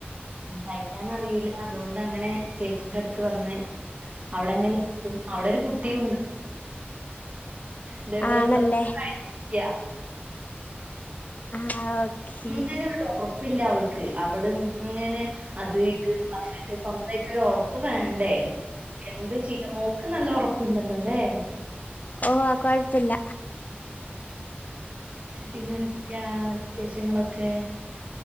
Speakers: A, on the right (about 40°); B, on the left (about 40°).
A: തയിക്കാൻ അറിയൂല്ല അതുകൊണ്ട് അങ്ങനെ ചേച്ചിയുടെ അടുത്ത് വന്ന് അവിടെങ്ങനെരിക്കും അവിടോരു കുട്ടിയുണ്ട് ഇതേപോലെ
B: ആണല്ലേ
A: പ്ലസ് ടു കഴിഞ്ഞിരിക്കയാ
B: ആ ഓക്കെ
A: ഒന്നിനും ഒരു ഉറപ്പില്ല അവൾക്ക് അവൾ ഇങ്ങനെ അത് ഇത് പറഞ്ഞിട്ട് സ്വന്തമായിട്ടോരു ഉറപ്പ് വേണ്ടേ എന്ത് ചിനു മോക നല്ല ഉറപ്പുണ്ടല്ലോ ല്ലേ
B: ഓഹ് ഹാ കൊഴപ്പില്ല
A: പിന്നെ എന്തക്കെയാ വിശേഷങ്ങളൊക്കെ